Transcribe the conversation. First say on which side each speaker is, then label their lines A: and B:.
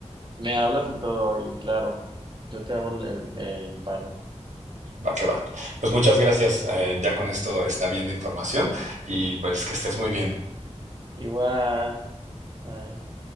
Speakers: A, on the right (about 40°); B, on the right (about 80°).
A: me hablas y todo, y claro, yo te hago el, el el paro.
B: Va que va. Pues muchas gracias. Eh, ya con esto está bien de información y pues que estés muy bien.
A: Igual. bye.